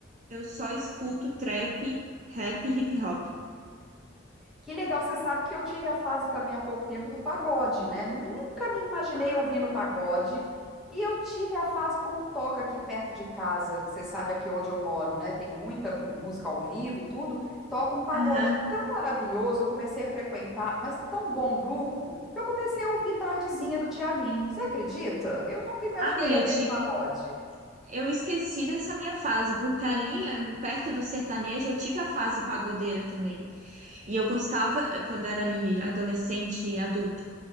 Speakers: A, on the right; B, in the centre.
A: eu só escuto trap, rap e hip hop.
B: Que legal, você sabe que eu tive a fase também há pouco tempo do pagode, né? Nunca me imaginei
A: Ah,
B: ouvindo pagode.
A: é.
B: E eu tive a fase como toca aqui perto de casa, que você sabe aqui onde eu moro, né? Tem muita música ao vivo e tudo. Toca um pagode
A: Aham.
B: tão maravilhoso, eu comecei a frequentar, mas tão bom grupo, que eu comecei a ouvir Tardezinha do Tiaguinho. Você acredita? Eu nunca imaginei
A: Amiga,
B: ouvir
A: Tiff,
B: pagode.
A: Eu esqueci dessa minha fase, porque ali, eh, perto do sertanejo, eu tive a fase pagodeira também. E eu gostava, eh, quando era ali adolescente e adulta,